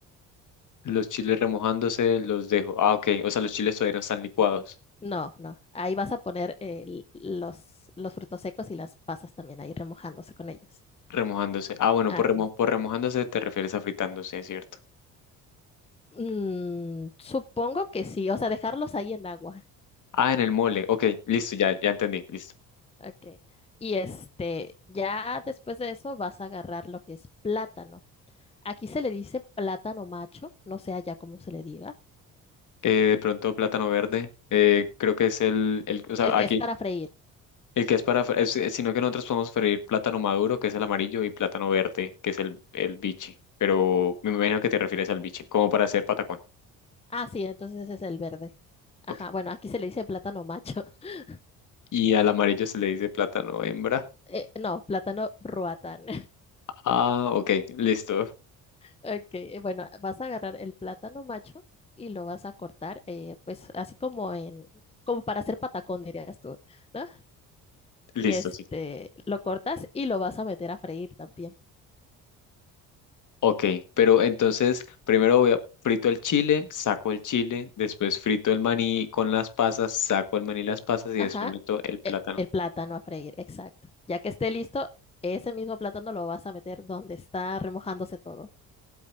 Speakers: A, on the left (about 50°); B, on the left (about 15°).
A: Los chiles remojándose los dejo. Ah, ok, o sea, los chiles todavía no están licuados.
B: No, no. Ahí vas a poner el- los, los frutos secos y las pasas también ahí remojándose con ellos.
A: Remojándose. Ah, bueno,
B: Ajá.
A: por, remo por remojándose te refieres a fritándose, ¿cierto?
B: Mm, supongo que sí, o sea, dejarlos ahí en agua.
A: Ah, en el mole. Ok, listo, ya, ya entendí, listo.
B: Ok. Y este, ya después de eso vas a agarrar lo que es plátano. Aquí se le dice plátano macho, no sé allá cómo se le diga.
A: Eh, de pronto plátano verde, eh, creo que es el, el, o sea,
B: El que
A: aquí,
B: es para freír.
A: el que es para, fre- es- sino que nosotros podemos freír plátano maduro, que es el amarillo, y plátano verde, que es el, el biche, pero me imagino que te refieres al biche, como para hacer patacón.
B: Ah, sí, entonces ese es el verde. Ajá,
A: Ok.
B: bueno, aquí se le dice plátano macho. <laughs>
A: Y al amarillo se le dice plátano hembra.
B: Eh, no, plátano ruatán.
A: Ah, ok, listo,
B: Ok, eh, bueno, vas a agarrar el plátano macho y lo vas a cortar, eh, pues así como en, como para hacer patacón, dirías tú, ¿no?
A: listo,
B: Y este,
A: sí.
B: lo cortas y lo vas a meter a freír también.
A: Ok, pero entonces primero voy a frito el chile, saco el chile, después frito el maní con las pasas, saco el maní y las pasas y
B: Ajá,
A: después meto el plátano.
B: e- el plátano a freír, exacto. Ya que esté listo, ese mismo plátano lo vas a meter donde está remojándose todo.